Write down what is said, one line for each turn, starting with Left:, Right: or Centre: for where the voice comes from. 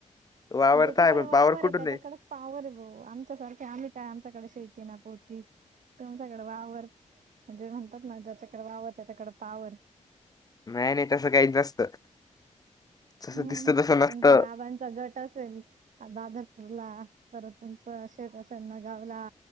Left: वावर
Right: ज्यांच्याकडे
Left: तर आहे पण
Right: वावर
Left: पॉवर कुठून
Right: हाय त्यांच्याकडेच
Left: आहे?
Right: पावर आहे भाऊ आमच्यासारखे आम्ही काय आमच्याकडे शेती ना पोती तुमच्याकडे वावर म्हणजे म्हणतात ना ज्यांच्याकडे वावर त्यांच्याकडे पावर
Left: नाही नाही तसं काहीच नसतं जसं
Right: हम्म
Left: दिसतं तसं नसतं.
Right: तुमच्या बाबांचा गट असेल दादरपूरला परत तुमचं शेत असेल ना गावला